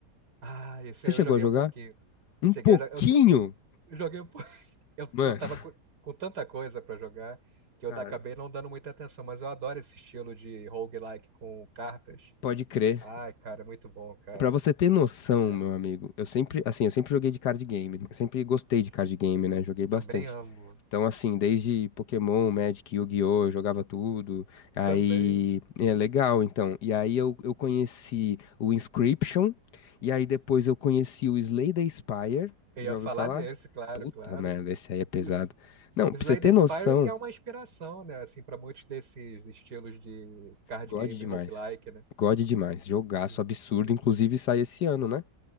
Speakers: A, on the right; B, on the left.
A: Ah, esse
B: Você
A: aí
B: chegou
A: eu joguei
B: a jogar?
A: um pouquinho.
B: Um
A: Cheguei,
B: pouquinho?
A: a- jo- eu só, eu joguei um pouquinho. <laughs> Eu,
B: Mano.
A: eu tava com, com tanta coisa pra jogar que
B: <laughs> Cara,
A: eu da- acabei não dando muita atenção, mas eu adoro esse estilo de roguelike com cartas.
B: pode crer.
A: Ai, cara, muito bom, cara.
B: Pra você ter noção,
A: É,
B: meu amigo, eu sempre, assim, eu sempre joguei de card game, né? Eu sempre gostei de
A: sim.
B: card game, né? Joguei bastante.
A: Também amo.
B: Então, assim, desde Pokémon, Magic, Yu-Gi-Oh, eu jogava tudo. Aí,
A: Também.
B: é legal, então. E aí eu, eu conheci o Inscription, e aí depois eu conheci o Slay the Spire.
A: Eu
B: Já
A: ia
B: ouviu
A: falar
B: falar?
A: desse, claro,
B: Puta
A: claro.
B: merda, esse aí é pesado.
A: O S-
B: Não,
A: o
B: pra
A: Slay
B: você ter
A: the Spire
B: noção,
A: que é uma inspiração, né, assim, para muitos desses estilos de card
B: God
A: game
B: demais.
A: roguelike, né?
B: God demais. Jogaço
A: Sim,
B: absurdo,
A: muito.
B: inclusive sai esse ano, né?